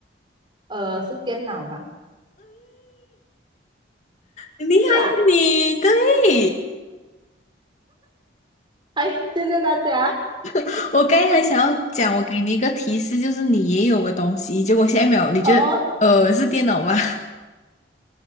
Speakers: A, on the right (about 25°); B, on the left (about 40°).
A: 呃，是电脑嘛？
B: 很厉害你，
A: 是啊，
B: 对，
A: 哎，谢谢大家
B: <laughs> 我刚才还想要讲，我给你一个提示，就是你也有的东西，结果现在没有，你觉得呃是电脑吗
A: 哦。